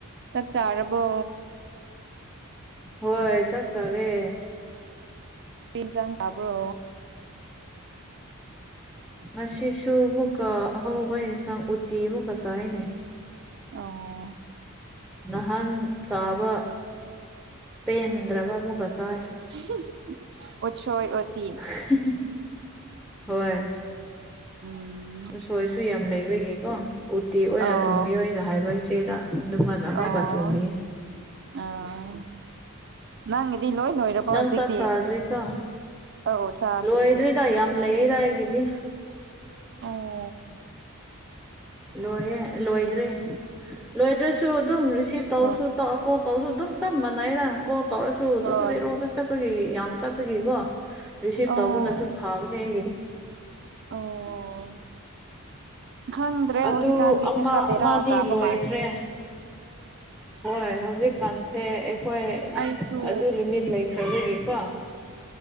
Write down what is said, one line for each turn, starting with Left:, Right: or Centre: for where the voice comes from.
Right: ꯆꯥꯛ ꯆꯥꯔꯕꯣ
Centre: ꯍꯣꯏ ꯆꯥꯛ ꯆꯥꯔꯦ
Right: ꯀꯩ ꯏꯟꯖꯥꯡ ꯆꯥꯕ꯭ꯔꯣ
Centre: ꯉꯁꯤꯁꯨ ꯑꯃꯨꯛꯀ ꯑꯍꯥꯎꯕ ꯌꯦꯟꯁꯥꯡ ꯎꯇꯤ ꯑꯃꯨꯛꯀ ꯆꯥꯏꯌꯦꯅꯦ
Right: ꯑꯣ
Centre: ꯅꯍꯟ ꯆꯥꯕ ꯄꯦꯟꯗ꯭ꯔꯕ ꯑꯃꯨꯛꯀ ꯆꯥꯏ
Right: <unintelligible> ꯑꯣꯠꯁꯣꯢ ꯎꯇꯤ
Centre: <unintelligible> ꯍꯣꯏ
Right: ꯎꯝ
Centre: ꯎꯁꯣꯏꯁꯨ ꯌꯥꯝ ꯂꯩꯕꯒꯤꯀꯣ ꯎꯇꯤ ꯑꯣꯏꯅ
Right: ꯑꯣ
Centre: ꯊꯣꯡꯕꯤꯌꯣ ꯑꯩꯅ ꯍꯥꯏꯕ ꯏꯆꯦꯗ ꯑꯗꯨꯃꯥꯏꯅ ꯑꯃꯨꯛꯀ
Right: ꯑꯣ
Centre: ꯊꯣꯡꯕꯤꯌꯦ
Right: ꯑꯥ ꯅꯪꯒꯤ ꯗꯤ ꯂꯣꯏ ꯂꯣꯏꯔꯕꯣ
Centre: ꯅꯪ
Right: ꯍꯧꯖꯤꯛꯇꯤ
Centre: ꯆꯥꯛ ꯆꯥꯗ꯭ꯔꯤꯀꯣ
Right: ꯑꯧ ꯆꯥꯗ꯭ꯔꯤꯌꯦ
Centre: ꯂꯣꯏꯗ꯭ꯔꯤꯗ ꯌꯥꯝ ꯂꯩꯌꯦꯗ ꯑꯩꯒꯤꯗꯤ
Right: ꯑꯣ
Centre: ꯂꯣꯏꯌꯦ ꯂꯣꯏꯗ꯭ꯔꯤ ꯂꯣꯏꯗ꯭ꯔꯁꯨ ꯑꯗꯨꯝ ꯔꯤꯁꯤꯚ ꯇꯧꯁꯨ
Right: ꯑꯣ
Centre: ꯇꯧ ꯀꯣꯛ ꯇꯧꯁꯨ ꯑꯗꯨꯝ ꯆꯞ ꯃꯥꯟꯅꯩꯗ ꯀꯣꯜ ꯇꯧꯔꯁꯨ ꯑꯗꯨꯝ
Right: ꯍꯣꯏ
Centre: ꯖꯦꯔꯣꯗ ꯆꯠꯄꯒꯤ ꯌꯥꯝ ꯆꯠꯄꯒꯤꯀꯣ ꯔꯤꯁꯤꯞ
Right: ꯑꯣ
Centre: ꯇꯧꯕꯅꯁꯨ ꯐꯕꯅꯦ ꯑꯩꯒꯤꯗꯤ
Right: ꯑꯣ ꯈꯪꯗ꯭ꯔꯦ
Centre: ꯑꯗꯨ
Right: ꯍꯧꯖꯤꯛꯀꯥꯟꯒꯤꯁꯦ
Centre: ꯑꯃ
Right: ꯈ꯭ꯔ ꯕꯦꯔꯥ
Centre: ꯑꯃꯗꯤ
Right: ꯀꯥꯕ
Centre: ꯂꯣꯏꯈ꯭ꯔꯦ
Right: ꯃꯥꯂꯤ
Centre: ꯍꯣꯏ ꯍꯧꯖꯤꯛ ꯀꯥꯟꯁꯦ ꯑꯩꯈꯣꯏ
Right: ꯑꯩꯁꯨ
Centre: ꯑꯗꯨ ꯂꯤꯃꯤꯠ ꯂꯩꯈ꯭ꯔꯕꯒꯤꯀꯣ